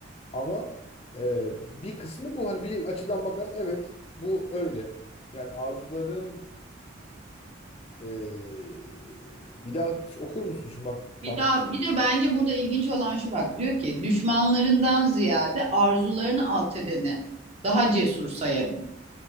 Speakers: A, on the left (about 30°); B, on the right (about 35°).
A: Ama e, bir kısmı bu. Hani bir açıdan bakarız evet bu öyle. Yani arzularını e, bir daha okur musun? Şimdi bak tam
B: Bir daha bir de bence burada ilginç olan şu bak diyor ki düşmanlarından ziyade arzularını alt edeni daha cesur sayarım.